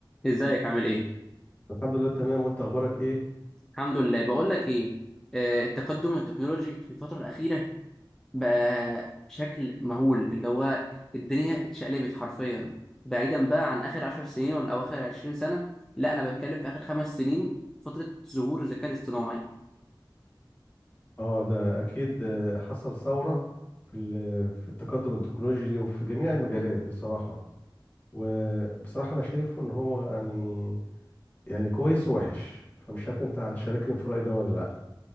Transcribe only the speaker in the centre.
ازيك عامل ايه؟
الحمد لله بقول لك ايه آه، التقدم التكنولوجي في الفترة الأخيرة بقى شكل مهول اللي هو الدنيا اتشقلبت حرفيا بعيدا بقى عن آخر عشر سنين ولا أو آخر عشرين سنة لا أنا بتكلم في آخر خمس سنين فترة ظهور الذكاء الاصطناعي